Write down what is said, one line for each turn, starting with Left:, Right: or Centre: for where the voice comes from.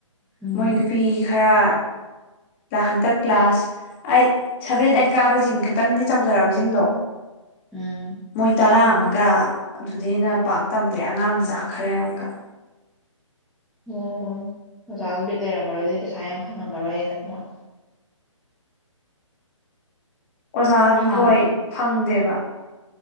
Centre: ꯎꯝ
Left: ꯃꯣꯏ ꯅꯨꯄꯤ ꯈꯔꯍꯟꯇꯛ ꯀ꯭ꯂꯥꯁ ꯑꯩꯠ ꯁꯚꯦꯟ ꯑꯩꯠ ꯀꯥꯕꯁꯤꯡ ꯈꯤꯇꯪꯗꯤ ꯆꯥꯎꯖꯔꯑꯕꯁꯤꯡꯗꯣ
Centre: ꯎꯝ
Left: ꯃꯣꯏ ꯇꯔꯥ ꯑꯕ ꯒ ꯑꯗꯨꯗꯦꯟꯅ ꯄꯥꯛ ꯇꯝꯗ꯭ꯔꯦ ꯑꯉꯥꯡ ꯃꯆꯥ ꯈꯔꯦ ꯑꯃꯒ
Centre: ꯑꯣ ꯑꯣꯖꯥꯁꯨ ꯕꯤꯠ ꯂꯩꯔꯝꯃꯔꯣꯏ ꯑꯗꯨꯗꯤ ꯄꯩꯁꯥ ꯌꯥꯝ ꯐꯪꯉꯝꯃꯔꯣꯏꯅ ꯃꯣꯏ
Left: ꯑꯣꯖꯥꯗꯨ
Centre: ꯍꯥꯟꯅ
Left: ꯍꯣꯏ ꯐꯪꯗꯦꯕ